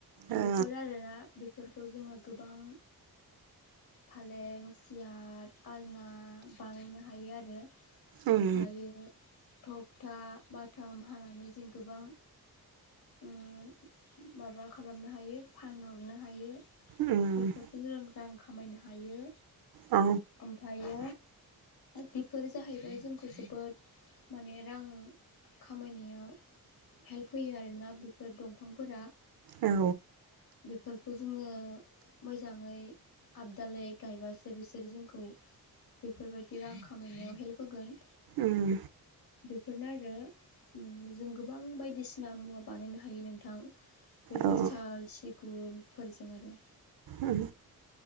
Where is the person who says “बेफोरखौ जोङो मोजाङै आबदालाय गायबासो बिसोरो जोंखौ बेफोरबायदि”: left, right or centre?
Left